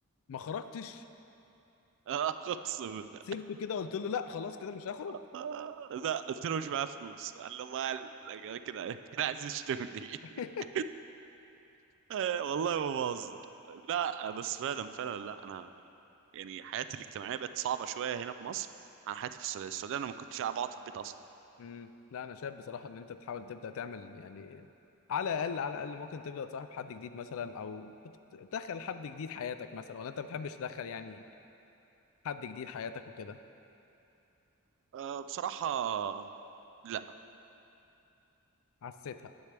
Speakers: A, on the left; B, on the right.
A: ما خرجتش
B: <laughs> آه، اقسم بالله
A: سيبته كده قلت له لا خلاص كده مش هخرج
B: آه، لا قلت له مش معايا فلوس قال لي الله قال لك كده كده عايز يشتمني
A: <laughs>
B: <laughs> آه، والله ما بهزر لا بس فعلا فعلا لا انا يعني حياتي الاجتماعيه بقت صعبه شويه هنا في مصر عن حياتي في السعوديه السعوديه انا ما كنتش قاعد بقعد في البيت اصلا
A: امم لا انا شايف بصراحه ان انت تحاول تبدا تعمل يعني على الاقل على الاقل ممكن تبدا تصاحب حد جديد مثلا او تدخل حد جديد حياتك مثلا ولا انت ما بتحبش تدخل يعني حد جديد حياتك وكده
B: أه بصراحه لا
A: حسيتها